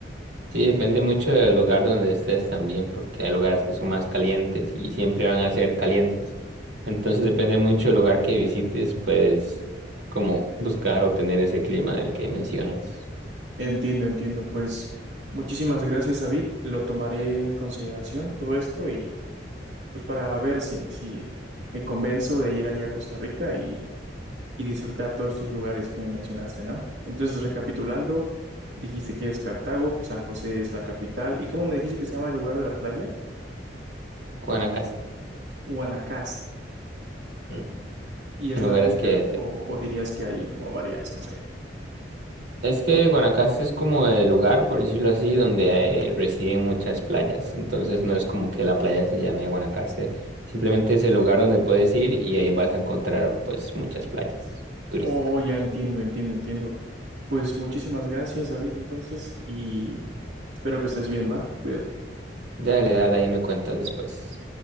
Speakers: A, on the right; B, on the right.
A: Sí, depende mucho del lugar donde estés también, porque hay lugares que son más calientes y siempre van a ser calientes. Entonces depende mucho del lugar que visites, pues, como buscar o tener ese clima del que mencionas.
B: Entiendo, entiendo. Pues muchísimas gracias, David. Lo tomaré en consideración todo esto y pues para ver si, si me convenzo de ir ahí a Costa Rica y, y disfrutar todos estos lugares que me mencionaste, ¿no? Entonces, recapitulando, dijiste que es Cartago, pues San José es la capital. ¿Y cómo me dijiste que se llama el lugar de la playa?
A: Guanacaste.
B: Guanacaste.
A: mm,
B: ¿Y es
A: Son
B: la
A: lugares
B: única?
A: que... te-
B: ¿O, o dirías que hay como varias? No sé.
A: Es que Guanacaste es como el lugar, por decirlo así, donde hay- residen muchas playas. Entonces no es como que la playa se llame Guanacaste. Simplemente es el lugar donde puedes ir y ahí vas a encontrar, pues, muchas playas turísticas.
B: Oh, ya entiendo, entiendo, entiendo. Pues muchísimas gracias, David, entonces, y espero que estés bien, ¿va? Cuídate.
A: Dale, dale, ahí me cuentas después.